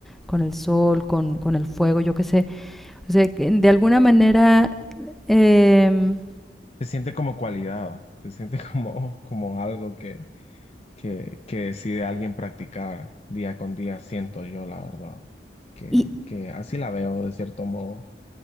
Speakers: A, in the centre; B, on the left (about 35°).
A: con el sol, con, con el fuego, yo qué sé. O sea, que de alguna manera... em,
B: Se siente como cualidad, se siente <laughs> como, como algo que, que, que decide alguien practicar día con día, siento yo, la verdad, que,
A: y
B: que así la veo de cierto modo.